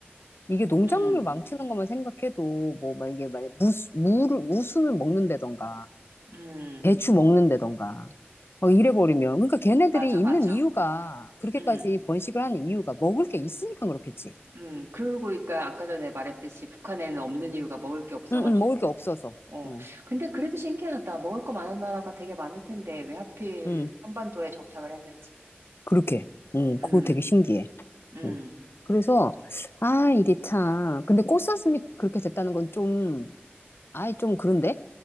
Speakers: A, on the left; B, on the right.
A: 이게 농작물
B: 음,
A: 망치는 것만 생각해도, 뭐, 막 이게 만약 무, 무를, 무순을 먹는다던가,
B: 음,
A: 배추 먹는다던가, 막 이래버리면. 그러니까 걔네들이
B: 맞아,
A: 있는
B: 맞아.
A: 이유가, 그렇게까지
B: 음,
A: 번식을 하는 이유가 먹을 게 있으니까 그렇겠지.
B: 음. 그리고 그러니까 아까 전에 말했듯이 북한에는 없는 이유가 먹을 게 없어가지고.
A: 응, 응, 먹을 게 없어서.
B: 어,
A: 응,
B: 근데 그래도 신기하다. 먹을 거 많은 나라가 되게 많을 텐데 왜 하필
A: 응,
B: 한반도에 정착을 했는지.
A: 그렇게. 응,
B: 음,
A: 그거 되게 신기해.
B: 음.
A: 음. 그래서, 아, 이게 참. 근데 꽃사슴이 그렇게 됐다는 건 좀, 아이, 좀 그런데?